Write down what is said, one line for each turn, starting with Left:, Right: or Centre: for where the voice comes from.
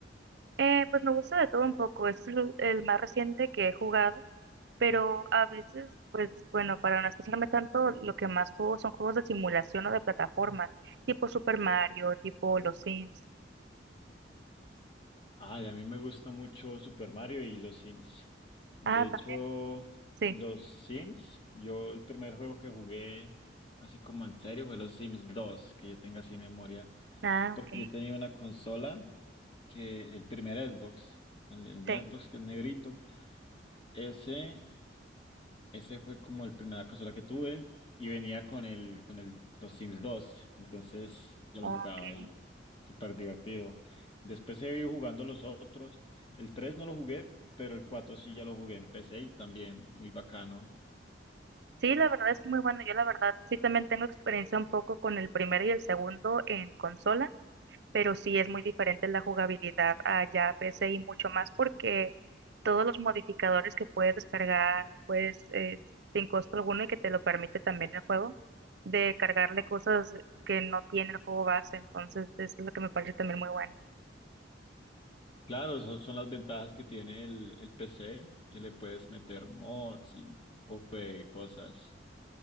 Right: Eh, pues me gusta de todo un poco. Este es el, el más reciente que he jugado, pero a veces, pues bueno, para no estresarme tanto, lo que más juego son juegos de simulación o de plataformas, tipo Super Mario, tipo Los Sims.
Left: Ay, a mí me gusta mucho Super Mario y los Sims. De
Right: Ah, también,
Left: hecho,
Right: sí.
Left: los Sims, yo el primer juego que jugué así como en serio fue los Sims dos, que yo tenga así memoria,
Right: Ah,
Left: porque
Right: ok.
Left: yo tenía una consola que el primer Xbox, el, el
Right: Sí,
Left: Xbox que es negrito, ese ese fue como el primera consola que tuve y venía con el con el los Sims dos entonces yo
Right: ok.
Left: lo jugaba y súper divertido. Después he ido jugando los otros. El 3 no lo jugué, pero el 4 sí ya lo jugué en PC y también muy bacano.
Right: Sí, la verdad es muy bueno. Yo la verdad sí también tengo experiencia un poco con el primero y el segundo en consola. pero sí es muy diferente la jugabilidad allá a PC y mucho más porque todos los modificadores que puedes descargar, pues eh, sin costo alguno y que te lo permite también el juego, de cargarle cosas que no tiene el juego base, entonces es lo que me parece también muy bueno.
Left: Claro, esas son las ventajas que tiene el, el PC, que le puedes meter mods y un poco de cosas.